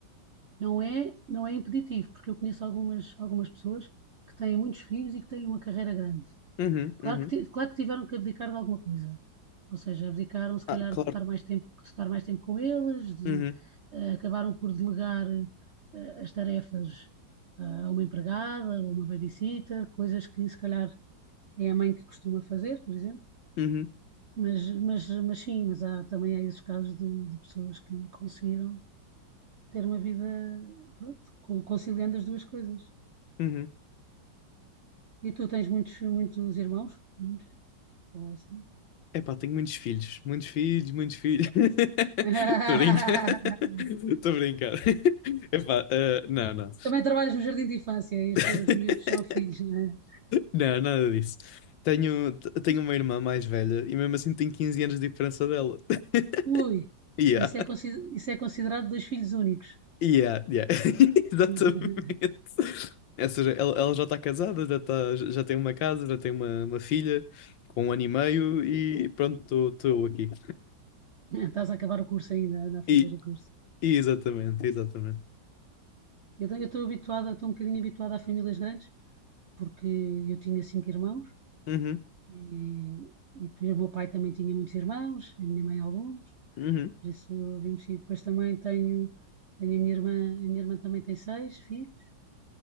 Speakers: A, on the right; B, on the left.
A: Não é, não é impeditivo, porque eu conheço algumas, algumas pessoas que têm muitos filhos e que têm uma carreira grande.
B: Uhum,
A: Claro
B: uhum.
A: que, ti- claro que tiveram que abdicar de alguma coisa. Ou seja, abdicaram se
B: Ah,
A: calhar
B: claro.
A: de estar mais tempo, de estar mais tempo com eles, de,
B: Uhum,
A: eh, acabaram por delegar eh, as tarefas ah, a uma empregada, a uma babysitter, coisas que se calhar é a mãe que costuma fazer, por exemplo.
B: uhum,
A: Mas, mas, mas sim, mas há, também há esses casos de, de pessoas que conseguiram ter uma vida, pronto, co- conciliando as duas coisas.
B: uhum.
A: E tu tens muitos, muitos irmãos? Muitos? Ou assim?
B: Epá, tenho muitos filhos, muitos filhos, muitos filhos. <laughs>
A: <laughs>
B: Estou a brincar. <laughs> Estou a brincar. <laughs> Epá, ah, não, não.
A: Também trabalhas no jardim de infância e os
B: <laughs>
A: teus miúdos são filhos, não é?
B: Não, nada disso. Tenho, t- tenho uma irmã mais velha e mesmo assim tenho 15 anos de diferença dela. <laughs>
A: Ui,
B: Yeah,
A: isso é, consi- isso é considerado dois filhos únicos.
B: yeah, yeah. <laughs> Exatamente.
A: <laughs>
B: Ou seja, ela, ela já está casada, já, tá, já tem uma casa, já tem uma, uma filha com um ano e meio e pronto, estou eu aqui.
A: Estás a acabar o curso ainda, anda a
B: E,
A: fazer o curso.
B: e exatamente, exatamente.
A: Eu te- eu estou habituada, estou um bocadinho habituada a famílias grandes, porque eu tinha cinco irmãos
B: Uhum,
A: e, e o meu pai também tinha muitos irmãos, a minha mãe alguns.
B: uhum.
A: por isso vimos sim. Depois também tenho, tenho a minha irmã, a minha irmã também tem seis filhos,